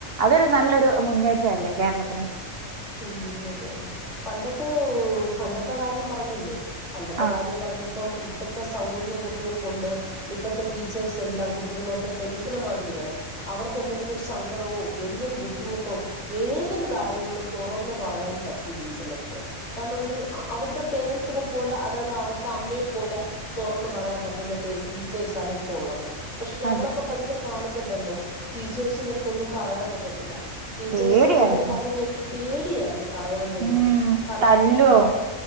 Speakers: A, on the right (about 60°); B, on the left (about 60°).
A: അതൊരു നല്ലൊരു മുന്നേറ്റ അല്ലേ കേരളത്തിന്
B: ഉം അതെ അതെ പണ്ടത്തെ പണ്ട ഇപ്പൊ കാര്യം പറഞ്ഞില്ലേ പണ്ടത്തെ
A: ആഹ്
B: കാര്യം പറഞ്ഞപ്പോ ഇപ്പ് പ്പത്തെ സൗകര്യം കുട്ടികൾക്കുണ്ട് ഇപ്പോത്തെ ടീച്ചേർസ് എല്ലാം കുട്ടികളുആട്ട് ഫ്രണ്ട്സിന് മാതിരിയാണ് അവർക്ക് എന്തെങ്കിലും സങ്കടമോ എന്തോരു ബുദ്ധിമുട്ടോ ഏതൊരു കാര്യങ്ങളും- തൊറന്ന് പറയാൻ പറ്റും ടീച്ചറിന്റെ അട്ത്ത്- കാരണം ഒരു അ അവരുടെ പേരെന്റ്സ്- ത്ത് തെ പോലെ അതാത് അവരുടെ അമ്മയെ പോലെ തൊറന്നു പറയാൻ പറ്റുന്ന ടീച്ചേർസ് ആണ് ഇപ്പോള്ളത്- പക്ഷെ ഞങ്ങളൊക്കെ
A: അതെ
B: പഠിച്ച കാല ത്ത് ഉണ്ടല്ലോ ടീച്ചേഷ്സിന്റെ അടുത്തൊന്നും പറയാം പറ്റത്തില്ല- ടീച്ചേഴ്സ്
A: പേടിയായിരുന്നു
B: എന്തെങ്കിലും പറഞ്ഞാൽ ഞാ ക്- പേടി യാരുന്നു- പറയാൻ തന്നെ
A: ഉം
B: പർ
A: തല്ലോ
B: പർ